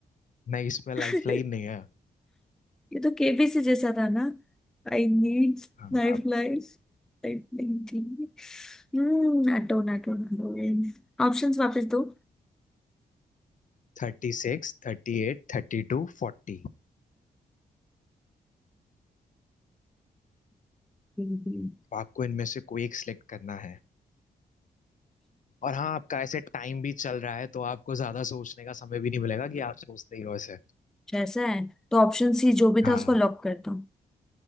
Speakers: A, on the left; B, in the centre.
A: नहीं इसमें लाइफ
B: क्या
A: लाइन नहीं
B: <laughs>
A: है
B: ये तो केबीसी जैसा था ना I need
A: हाँ
B: life
A: अब
B: Life life नहीं थी हम्म नाटो नाटो नाटो ऑप्शंस वापस दो
A: Thirty six thirty eight thirty two forty
B: Options.
A: आपको इनमें से कोई एक सिलेक्ट करना है और हाँ आपका ऐसे टाइम भी चल रहा है तो आपको ज्यादा सोचने का समय भी नहीं मिलेगा कि आप सोचते ही हो ऐसे
B: जैसा है तो ऑप्शन सी जो भी
A: हाँ
B: था उसको लॉक कर दो